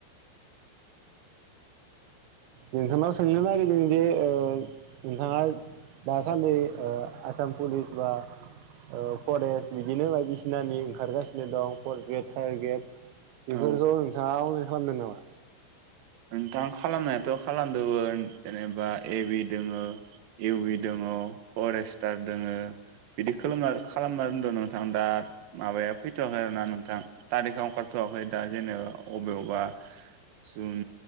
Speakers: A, on the right; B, on the right.
A: नोंथांनाव सोंनो नागिरदों जे ओ नोंथांङा दासान्दि ओ आसाम पुलिस बा ओ फरेस्ट बिदिनो बायदिसि नानि ओंखारगासिनो दं फर्थ ग्रेड थार्द ग्रेड बेफोरखौ
B: औ
A: नोंथाङा अनलाइन खालामदों नामा?
B: नोंथां खालामनायाथ खालामदोंमोन जेनेबा ए बि दोङो। इउ बि दङ फरेस्टार दोङो। बिदि खालाना खालामना दोनदों नोंथां दा माबाया फैथ'शवाखै आरोोना नोंथां थारिखा ओंखारथ <unintelligible> दा जेनेबा अबेयावबा जुन